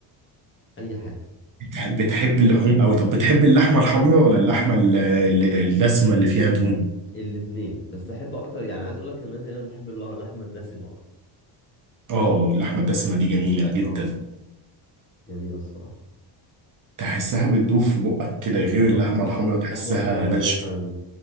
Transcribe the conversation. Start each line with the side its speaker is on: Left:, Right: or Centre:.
Left: أي حاجة
Right: بتح- بتحب اللحوم قوي طب بتحب اللحمه الحمراء ولا اللحمه ال- ال- الدسمه اللي فيها دهون
Left: الاتنين بس أحب أكتر يعني عايز أقول لك إن أنا دايما بحب الل- اللحمة الدسمة أكتر
Right: اه اللحمة الدسمة دي جميلة جدا
Left: أه جميلة الصراحة
Right: تحسها بتدوب في بقك كده غير
Left: بالظبط
Right: اللحمة الحمرا تحسها
Left: اللحمة الضاني
Right: ناشفة
Left: مثلا